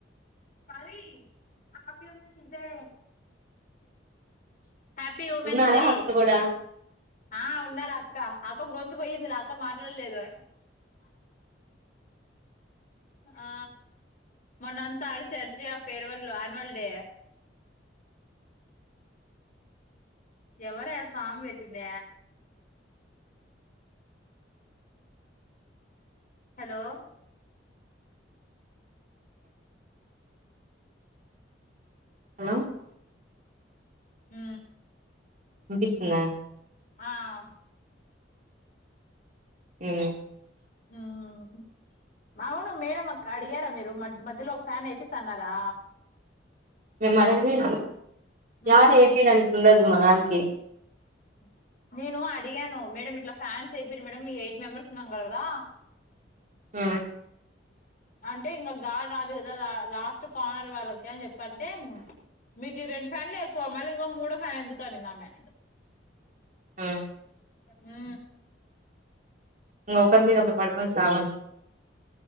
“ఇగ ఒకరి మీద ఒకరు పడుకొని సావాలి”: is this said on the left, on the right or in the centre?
Right